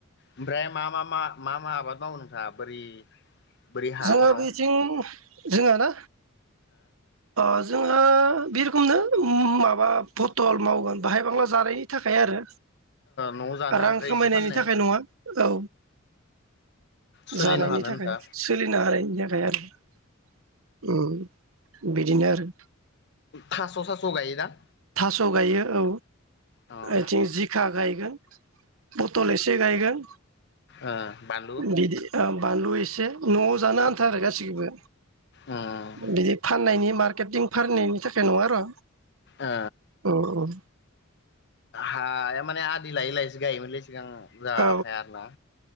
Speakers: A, on the left; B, on the right.
A: ओमफ्राय मा मा मा मा मा आबाद मावो नोंथाङ बोरै। बोरै हाफोराव
B: जोङो बेथिं जोंहा ना ओ जों ओ बे रोखोमनो माबा पथल मावगोन बाहाय बांला जानायनि थाखाय आरो।
A: न'आव जानो
B: रां
A: ओमफ्राय
B: खामायनायनि
A: इसे फाननो
B: थाखाय नङा औ
A: सोलिनो
B: जानायनि
A: हानो
B: थाखाय
A: होनथा।
B: सोलिनो हानायनि थाखाय आरो ओम बिदिनो आरो।
A: थास' सास' गायो दा?
B: थास' गायो औ
A: अ ओ
B: बेथिं जिखा गायो गोन बथल एसे गायगोन
A: ओ बानलु
B: बिदि औ बानलु एसे न'आव जानो आन्था गासिखौबो
A: उम
B: बिदि फाननायनि मार्क केटिं फारनायनि थाखाय नङा आरो
A: ओ
B: अ अ
A: हाया माने आदि लायै लायैसो गायोमोनलै सिगां जाहा
B: औ
A: आफाया आरोना